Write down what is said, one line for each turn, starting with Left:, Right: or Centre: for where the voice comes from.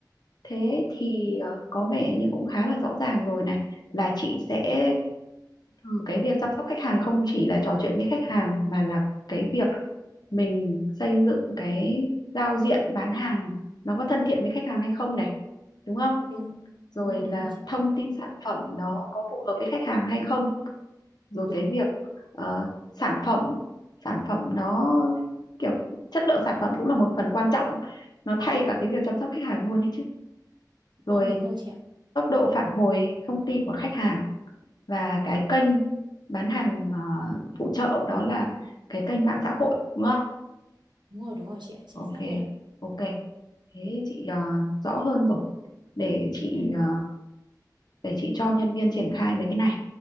Left: thế thì ờ, có vẻ như cũng khá là rõ ràng rồi này là chị sẽ Ừ, cái việc chăm sóc khách hàng không chỉ là trò chuyện với khách hàng mà là cái việc mình xây dựng cái giao diện bán hàng nó có thân thiện với khách hàng hay không này đúng
Right: Đúng,
Left: không
Right: đúng
Left: rồi
Right: đúng rồi, đúng
Left: là
Right: rồi chị.
Left: thông tin sản phẩm nó có phù hợp với khách hàng hay không rồi
Right: Đúng.
Left: cái việc ờ, sản phẩm sản phẩm nó kiểu chất lượng sản phẩm cũng là một phần quan trọng nó thay cả cái việc chăm sóc khách hàng luôn ấy chứ
Right: Vâng
Left: rồi
Right: đúng rồi chị ạ.
Left: tốc độ phản hồi thông tin của khách hàng và cái kênh bán hàng ờ, phụ trợ đó là cái kênh mạng xã hội đúng không?
Right: Đúng rồi đúng rồi chị ạ. Chính
Left: Ok,
Right: xác luôn ạ.
Left: ok. Thế chị ờ, rõ hơn rồi. Để chị
Right: Ừ.
Left: ờ, để chị cho nhân viên triển khai mấy cái này.